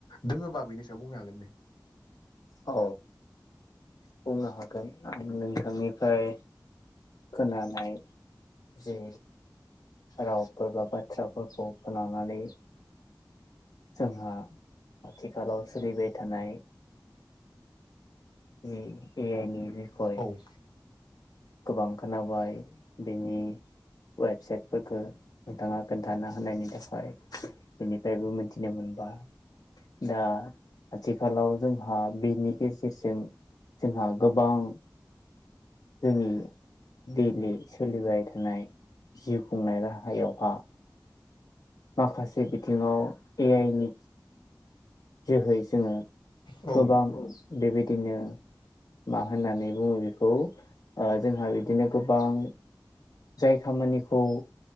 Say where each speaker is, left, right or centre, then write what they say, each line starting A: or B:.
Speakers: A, on the left (about 85°); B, on the left (about 55°).
A: दोङोबा बेनि सायाव बुंनो हागोन दे
B: औ बुंनो हागोन आं नोंथांनिफ्राय खोनानाय जि रावफोर बा बाथ्राफोरखौ खोनानानै जोंहा आथिखालाव सोलिबाय थानाय ए आइनि बिखय
A: औ
B: गोबां खोनाबाय बेनि वेबसाइटफोरखौ नोंथाङा खोन्थाना होनायनि थाखाय बेनिफ्रायबो मिथिनो मोन बाय दा आथिखालाव जोंहा बिनि गेजेरजों जोंहा गोबां जोंनि दैलि सोलिबाय थानाय जिउ खुंनाय राहायावहा माखासे बिथिङाव ए आइ नि जोहै जोङो
A: औ
B: गोबां बेबायदिनो मा होननानै बुङो बेखौ ओ जोंहा बिदिनो गोबां जाय खामानिखौ